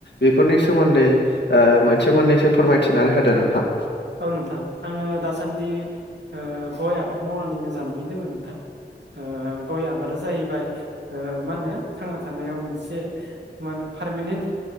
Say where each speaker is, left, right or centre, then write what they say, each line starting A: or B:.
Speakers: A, on the left; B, on the right.
A: बेफोरनि सोमोन्दै ओ मोनसे मोन्नैसो फोरमायथिनानै होदो नोंथां।
B: औ नोंथां आङो दासान्दि ओ गय आबाद मावनानैनो जानानै दोङो नोंथां। ओ गय आबादा जाहैबाय ओ मा होनो थांना थानायाव मोनसे मा होनो पारमानेन्ट